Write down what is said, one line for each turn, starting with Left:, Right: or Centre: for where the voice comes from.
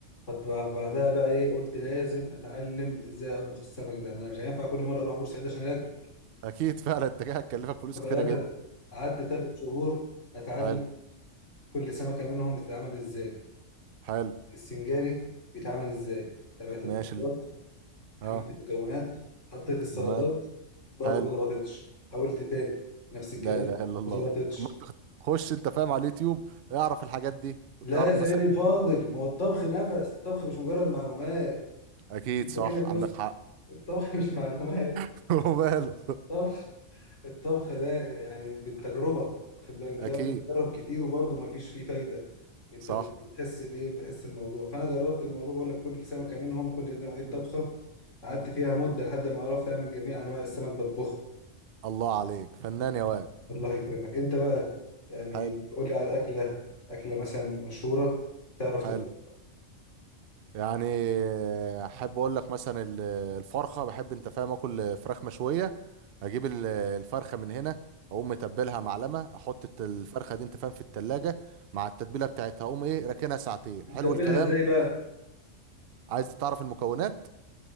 Left: فت- بعدها بقى ايه قلت لازم اتعلم ازاي اطبخ السمك ده ما انا مش هينفع كل مره اروح بورسعيد عشان اكل
Right: اكيد فعلا التكية هتكلفك فلوس
Left: فبقى
Right: كتيره
Left: أنا
Right: جدا
Left: قعدت ثلاث شهور اتعلم
Right: حلو
Left: كل سمكه منهم بتتعمل ازاي
Right: حلو
Left: السنجاري بيتعمل ازاي تابعت
Right: ماشي
Left: الخطوات
Right: ال- اه
Left: عملت المكونات حطيت السلطات
Right: ومال
Left: برضو
Right: حلو
Left: ما ظبطتش حاولت تاني نفس الكلام
Right: لا اله الا الله
Left: ما ظبطتش
Right: طب ما انت خش انت فاهم على اليوتيوب اعرف الحاجات دي وتعرف
Left: لا يا سيدي
Right: مثلا
Left: الفاضل
Right: الحديد.
Left: ما هو الطبخ نفس الطبخ مش مجرد معلومات
Right: اكيد
Left: انت
Right: صح
Left: كده جوست
Right: عندك حق
Left: الطبخ <laughs> مش معلومات
Right: <laughs> وماله
Left: طبخ الطبخ ده يعني بالتجربة واخد بالك بتلاقي
Right: اكيد
Left: واحد بيجرب كتير وبرضه ما فيش فيه فايدة انت
Right: صح
Left: بتحس الايه بتحس الموضوع فانا جربت الموضوع بقول لك كل سمكة منهم كل نوع طبخة
Right: مم.
Left: قعدت
Right: مم.
Left: فيها مدة لحد ما عرفت اعمل جميع انواع السمك بطبخه
Right: الله عليك فنان يا واد
Left: الله يكرمك انت بقى يعني
Right: حلو
Left: قول لي على اكله اكله مثلا مشهوره تعرف تطبخها
Right: حلو يعني احب اقول لك مثلا ال- الفرخه بحب انت فاهم اكل فراخ مشويه اجيب ال- الفرخه من هنا اقوم متبلها معلمه احط الت- الفرخه دي انت فاهم في التلاجة مع التتبيله بتاعتها اقوم ايه راكنها ساعتين
Left: تتبلها
Right: حلو الكلام
Left: ازاي بقى
Right: عايز تعرف المكونات